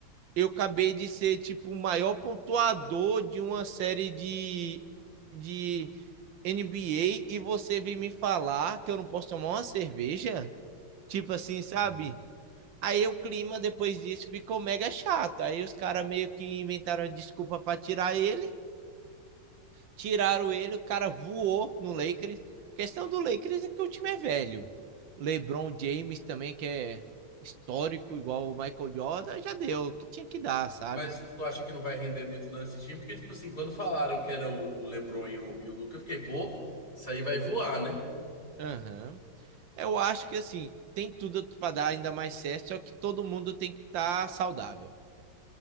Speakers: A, on the right; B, on the left.
A: eu acabei de ser tipo o maior pontuador de uma série de, de NBA e você vem me falar que eu não posso tomar uma cerveja? Tipo assim,
B: <laughs>
A: sabe? Aí o clima depois disso ficou mega chato. Aí os caras meio que inventaram uma desculpa para tirar ele, tiraram ele, o cara voou no Lakers. A questão do Lakers é que o time é velho. LeBron James também, que é histórico, igual o Michael Jordan, já deu o que tinha que dar, sabe?
B: Mas tu acha que não vai render muito não esse time? Porque, tipo assim, quando falaram que era o o LeBron e o, e o Luka, eu fiquei, pô, isso aí vai voar, né?
A: Aham. Eu acho que assim, tem tudo para dar ainda mais certo, só que todo mundo tem que estar saudável.